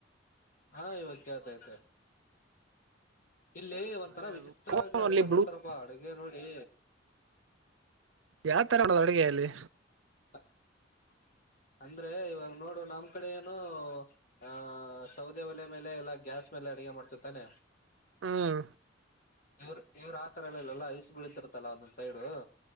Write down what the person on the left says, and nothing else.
ಹಾ ಇವತ್ತು ಕೇಳ್ತಾ ಇದೆ ಇಲ್ಲಿ ಒಂಥರ
ವಿಚಿತ್ರವಾಗಿ
ಅಡ್ಗೆ
ಮಾಡ್ತಾರಪ್ಪಾ ಅಡುಗೆ ನೋಡಿ
ಹ ಅಂದ್ರೆ ಇವಾಗ ನೋಡು ನಮ್ ಕಡೆ ಏನು ಆ ಸೌದೆ ಒಲೆ ಮೇಲೆ ಎಲ್ಲಾ ಗ್ಯಾಸ್ ಅಡುಗೆ ಮಾಡ್ತಿತ್ತ ತಾನೆ
ಇವ್ರ ಇವ್ರು ಆತರ ಎಲ್ಲ ಇಲ್ಲಲ್ಲ ಇಸ ಬೀಳತಿರ್ತಲ್ಲಾ ಒಂದೊಂದ್ ಸೈಡು